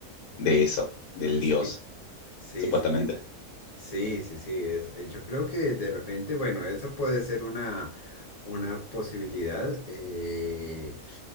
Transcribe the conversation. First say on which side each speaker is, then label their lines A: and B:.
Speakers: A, on the left; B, on the left.
A: de eso, del
B: Sí,
A: Dios,
B: sí,
A: supuestamente.
B: sí, sí. Sí, sí, sí, es, eh, yo creo que de repente, bueno, esa puede ser una, una posibilidad eh,